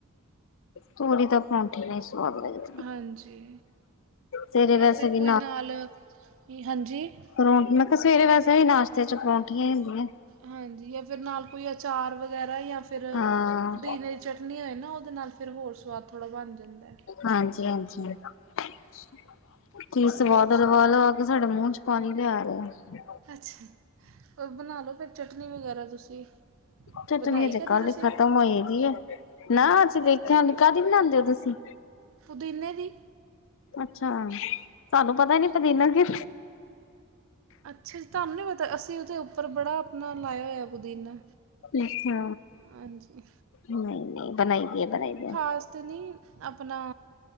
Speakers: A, on the left (about 65°); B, on the right (about 65°).
A: ਤੇ ਮੈਨੂੰ ਤਾ ਪਰੋਂਠੇ ਏ ਬਸ ਸਵਾਦ ਲੱਗਦੇ ਐ
B: ਹਾਂਜੀ
A: ਸਵੇਰੇ
B: ਜਾਂ
A: ਵੈਸੇ
B: ਫਿਰ
A: ਵੀ
B: ਕੋਈ ਨਾਲ ਹਾਂਜੀ ਆ
A: ਪਰੋਂਠ ਮੈ ਕਿਹਾ ਸਵੇਰੇ ਵੈਸੇ ਵੀ ਨਾਸ਼ਤੇ ਚ ਪਰੌਂਠੀਆਂ ਹੁੰਦੀਆਂ
B: ਹਾਂਜੀ ਜਾਂ ਫਿਰ ਨਾਲ ਕੋਈ ਅਚਾਰ ਵਗੈਰਾ ਜਾਂ ਫਿਰ
A: ਹਾਂ
B: ਪੁਦੀਨੇ ਦੀ ਚਟ ਨਹੀਂ ਉਹ ਨਾ ਇਹਦੇ ਨਾਲ ਫਿਰ ਹੋਰ ਸਵਾਦ ਥੋੜਾ ਬਣ ਜਾਂਦਾ ਐ
A: ਹਾਂਜੀ ਹਾਂਜੀ ਤੁਹੀ ਸਵਾਲ
B: ਹੋਰ ਸੁਣਾ
A: ਲਵਾ ਲਿਆ ਫਿਰ ਤੁਹਾਡੇ ਮੂੰਹ ਚ ਪਾਣੀ ਲਿਆ ਰਿਹਾ ਆ
B: ਅੱਛਾ ਏਦਰੋ ਬਣਾ ਲਓ ਫਿਰ ਚਟਨੀ ਵਗੈਰਾ ਤੁਸੀਂ
A: ਚਟਨੀ
B: ਬਣਾਈ
A: ਅਜੇ
B: ਕਦੇ
A: ਕੱਲ
B: ਤੁਸੀਂ
A: ਹੀ ਖ਼ਤਮ ਹੋਈਗੀ ਹੈ ਨਾ ਅੱਸੀਂ ਦੇਖਿਆ ਨੀ ਕਾਹਦੀ ਬਣਾਦੇ ਓ ਤੁਸੀ
B: ਪੁਦੀਨੇ ਦੀ ਈ
A: ਅੱਛਾ ਤਾਨੂੰ ਪਤਾ ਨੀ ਪਦੀਨਾ ਕਿ
B: ਅੱਛਾ ਜੀ ਤਾਨੂੰ ਨੀ ਪਤਾ ਅਸੀਂ ਉਹਦੇ ਉੱਪਰ ਬੜਾ ਆਪਣਾ ਲਾਇਆ ਹੋਇਆ ਪੁਦੀਨਾ
A: ਅੱਛਾ
B: ਹਾਂਜੀ
A: ਨਹੀਂ ਨਹੀਂ ਬਣਾਈ ਦੇ ਐ ਬਣਾਈ ਦੇ ਐ
B: ਵਾਸਤੇ ਨੀ ਆਪਣਾ